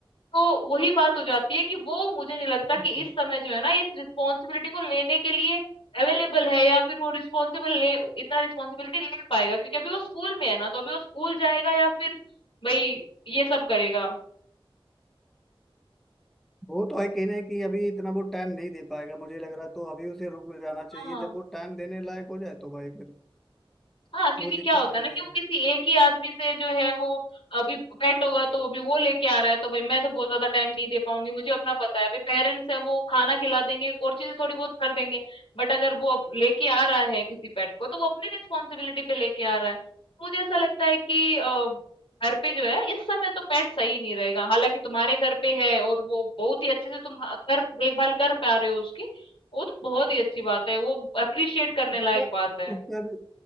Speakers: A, on the left (about 65°); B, in the centre.
A: तो वही बात हो जाती है कि वो मुझे नहीं लगता
B: हम्म।
A: कि इस समय जो है ना इस रिस्पॉन्सिबिलिटी को लेने के लिए अवेलेबल है या फिर वो रिस्पॉन्सिबल ले इतना रिस्पॉन्सिबिलिटी ले पाएगा क्योंकि अभी वो स्कूल में है ना तो अभी वो स्कूल जाएगा या फिर भाई ये सब करेगा
B: वो तो है कहना है कि अभी इतना वो टाइम नहीं दे पाएगा मुझे लग रहा है, तो अभी उसे रुक जाना चाहिए
A: हाँ
B: जब वो टाइम देने लायक हो जाए तो भाई फिर
A: हाँ, क्योंकि
B: कोई दिक्कत
A: क्या होता
B: नहीं
A: है ना कि
B: है
A: वो किसी एक ही आदमी से जो है वो अभी पेट होगा तो अभी वो लेके आ रहा है तो भाई मैं तो बहुत ज्यादा टाइम नहीं दे पाऊंगी मुझे अपना पता है अभी पेरेंट्स है वो खाना खिला देंगे और चीजें थोड़ी बहुत कर देंगे बट अगर वो अब लेके आ रहा है किसी पेट को तो वो अपनी रिस्पॉन्सिबिलिटी पे लेके आ रहा है मुझे ऐसा लगता है कि अ, घर पे जो है इस समय तो पेट सही नहीं रहेगा हालांकि तुम्हारे घर पे है और वो बहुत ही अच्छे से तुम ह- कर देखभाल कर पा रहे हो उसकी वो तो बहुत ही अच्छी बात है वो अप्रिशिएट करने
B: उसका
A: लायक बात है
B: उसका भी